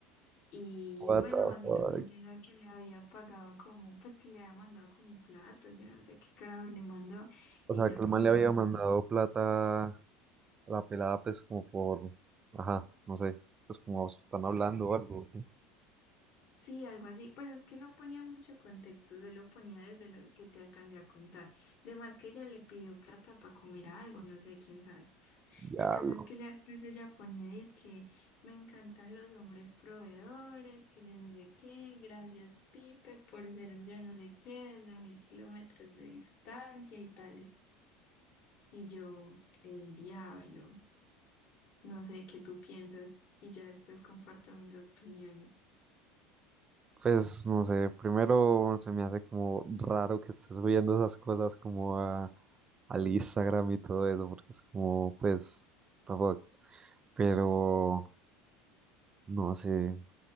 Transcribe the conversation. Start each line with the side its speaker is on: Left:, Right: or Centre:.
Left: Y
Right: What
Left: bueno,
Right: the
Left: básicamente
Right: fuck.
Left: era que le había pagado como, pues que le había mandado como un plato, yo no sé qué carajo le mandó,
Right: O
Left: y
Right: sea,
Left: ella
Right: que el
Left: ponía
Right: man le había
Left: como,
Right: mandado
Left: que-
Right: plata la pelada, pues, como por, ajá, no sé, pues, como están hablando o algo. ¿qué?
Left: sí, algo así, pues es que no ponía mucho contexto, solo ponía desde lo que te alcancé a contar. Además que ella le pidió plata para comer algo, no sé quién sabe.
Right: Ya
Left: El caso
Right: no
Left: es que ya después ella ponía, dice que me encantan los hombres proveedores, que yo no sé qué, gracias Pipe por ser un yo no sé qué, desde mil kilómetros de distancia y tal. Y yo, el diablo, no sé qué tú piensas y ya después comparto mis opiniones.
Right: Pues, no sé, primero se me hace como raro que estés subiendo esas cosas como a, al Instagram y todo eso, porque es como, pues, tampoco. Pero, no sé,